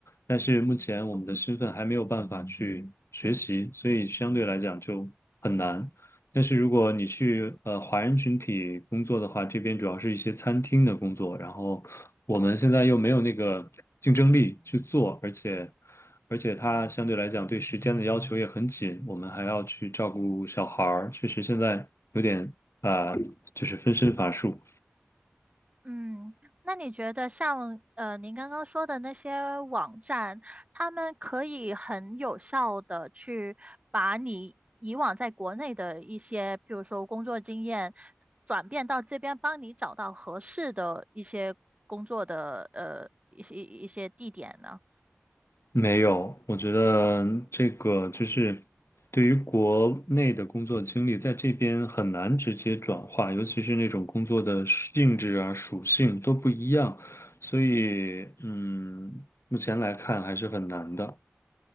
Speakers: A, on the left (about 80°); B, on the right (about 30°).
A: 但是目前我们的身份还没有办法去学习，所以相对来讲就很难。但是如果你去呃华人群体工作的话，这边主要是一些餐厅的工作，然后我们现在又没有那个竞争力去做，而且而且它相对来讲对时间的要求也很紧，我们还要去照顾小孩儿，确实现在有点啊、呃就是分身乏术。
B: 嗯，那你觉得像呃您刚刚说的那些网站，他们可以很有效的去把你以往在国内的一些，譬如说工作经验，转变到这边，帮你找到合适的一些工作的呃一些一些地点呢？
A: 没有，我觉得这个就是对于国内的工作经历，在这边很难直接转化，尤其是那种工作的性质啊、属性都不一样，所以嗯，目前来看还是很难的。